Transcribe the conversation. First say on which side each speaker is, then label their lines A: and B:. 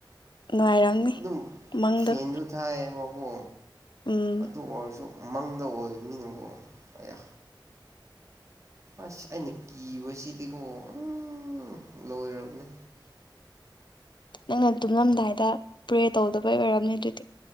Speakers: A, on the left; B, on the right.
A: ꯅꯨꯡꯉꯥꯏꯔꯝꯅꯤ
B: ꯑꯗꯨ ꯑꯗꯨ
A: ꯃꯪꯗꯣ
B: ꯐꯦꯗꯨ ꯊꯥꯏ ꯃꯈ ꯀꯣ
A: ꯎꯝ
B: ꯑꯗꯨ ꯑꯣꯏꯔꯁꯨ ꯃꯪꯗ ꯑꯣꯏꯕꯅꯤꯅꯪꯀꯣ ꯑꯌꯥ ꯑꯁ ꯑꯩꯅ ꯀꯤꯕꯁꯤꯗꯤꯀꯣ ꯎ ꯂꯣꯏꯔꯕꯅꯦ
A: ꯅꯪꯅ ꯇꯨꯝꯂꯝꯗꯥꯏꯗ ꯄ꯭ꯔꯦ ꯇꯧꯗꯕꯩ ꯑꯣꯏꯔꯝꯅꯦ ꯑꯗꯨꯗꯤ